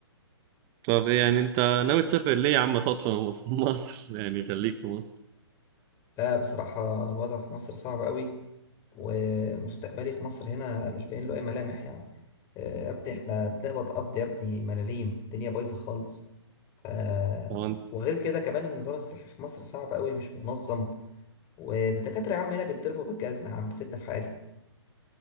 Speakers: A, on the right; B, on the left.
A: طب ايه يعني انت ناوي تسافر ليه يا عم تقعد في <laughs> في مصر يعني خليك في مصر
B: لا بصراحة الوضع في مصر صعب قوي ومستقبلي في مصر هنا مش باين له اي ملامح يعني آه يا ابني احنا بنقبض قبض يا ابني ملاليم الدنيا بايظة خالص ف...
A: طب انت
B: وغير كده كمان النظام الصحي في مصر صعب قوي مش منظم والدكاترة يا عم هنا بيتضربوا بالجزمة يا عم سيبنا في حالي